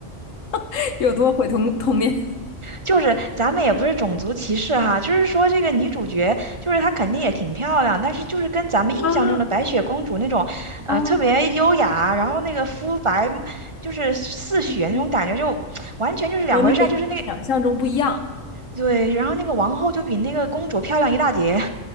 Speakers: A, on the left (about 80°); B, on the right (about 30°).
A: <laughs> 有多毁童童年
B: 就是咱们也不是种族歧视哈，就是说这个女主角，就是她肯定也挺漂亮，但是就是跟咱们印象中的白雪公主那种，
A: <laughs>？啊
B: 呃，
A: 啊，
B: 特别优雅，然后那个肤白，就是似雪那种感觉，
A: 嗯嗯
B: 就完全就是两回事儿。
A: 和那个想象中不一样。
B: 就是那个对，然后那个王后就比那个公主漂亮一大截。